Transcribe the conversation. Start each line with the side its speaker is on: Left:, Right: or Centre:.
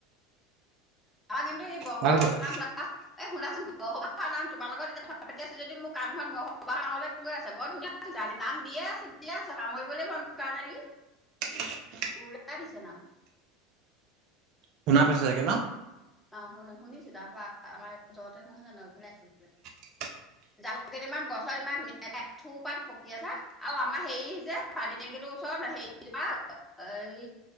Centre: <inaudible> এ
Right: ভাল কথা
Centre: শুনাচোন বৰসবাহাৰ নাম তোমাৰ লগত এতিয়া কথা পাতি আছোঁ যদি মোৰ কানখন বসবাহাৰ নামলৈ গৈ আছে বৰ ধুনীয়া আজি নাম দিয়ে আছে দিয়ে আছ সামৰিবলৈ মন কৰা নাই নেকি।
Right: <unintelligible>
Centre: পুৰা দিছে নাম।
Right: শুনা পাইছা চাগে ন?
Centre: অ' শুন শুনিছো তাৰপৰা আমাৰ ওচৰতে নহয় জানো এইফালে
Right: <unintelligible>
Centre: জালুক কেইটামান গছত ইমান ধুনীয়াকে এ থোপাত পকি আছে আৰু আমাৰ হেৰি যে পানী টেংকিটোৰ ওচৰত হেৰি এই